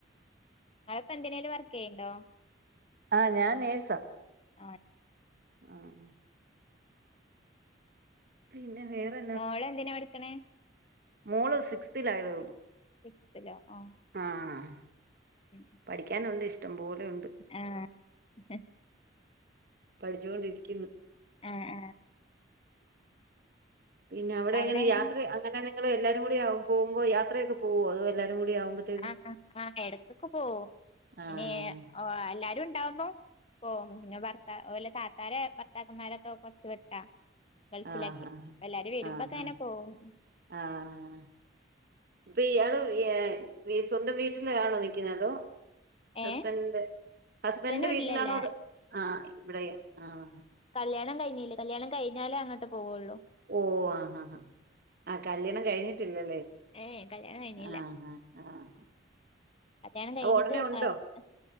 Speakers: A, on the left; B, on the right.
A: ഇങ്ങള് ഇപ്പോ എന്തിനേലും വർക്ക് ചെയ്യുണ്ടോ
B: ആഹ് ഞാൻ നേഴ്‌സാ
A: ആഹ്
B: ആഹ് ആഹ് പിന്നെ വേറെ
A: മോളെന്തിനാ പഠിക്കണേ.
B: മോള് സിക്സ്തിലായതേ ഒള്ളൂ.
A: സിക്സ്ത്തിലോ ആഹ്
B: ആഹ്
A: ഉം ഉം
B: പഠിക്കാനുണ്ട് ഇഷ്ടം പോലെയുണ്ട്
A: ആഹ്
B: പഠിച്ചോണ്ടിരിക്കുന്നു.
A: ആഹ് ആഹ്
B: പിന്നെ അവിടെ
A: അവിടെങ്ങനെ
B: എങ്ങനെ യാത്ര അങ്ങനെ നിങ്ങള് എല്ലാരുംകൂടി യാവു പോവോ യാത്രയൊക്കെ പോവോ അത് എല്ലാരും കൂടി ആവുമ്പോത്തി
A: ആഹ് ആഹ് എടക്കൊക്കെ പോവും
B: ആഹ്
A: പിന്നെ ഹ് എല്ലാരും ഇണ്ടാവുമ്പോ പോവും പിന്നെ ഭർത്താ ഓലെ താത്താരെ ഭർത്താക്കന്മാരൊക്കെ കൊറച്ച് വെട്ടാ. ഗൾഫിലാക്കെ
B: ആഹ് ആഹ്
A: എല്ലാരും വരുമ്പോക്കെ
B: ആഹ്
A: അങ്ങനെ പോവും.
B: ആഹ് ഇപ്പൊ ഇയാള് യെ സ്വന്തം വീട്ടിലാണോ നിക്കുന്നെ അതോ.
A: ഏഹ്
B: ഹസ്ബന്റിന്റെ ഹസ്ബന്റിന്റെ
A: ഹസ്ബൻഡന്റെ വീട്ടിലല്ല
B: വീട്ടിലാണോ അതോ ആഹ് ഇവിടെ ആഹ്.
A: കല്ല്യാണം കയിഞ്ഞീല്ലാ കല്ല്യാണം കയിഞ്ഞാലേ അങ്ങട്ട് പോവൊള്ളൂ.
B: ഓഹ് ആ ഹാ ഹാ ആഹ് കല്ല്യാണം കഴിഞ്ഞിട്ടില്ലല്ലേ.
A: ഏഹ് കല്ല്യാണം കഴിഞ്ഞീല്ല.
B: ആഹ് ആഹ് ആഹ്
A: കല്ല്യാണം കഴിഞ്ഞിട്ട്
B: അത് ഉടനെ ഉണ്ടോ
A: ആഹ് ഹസ്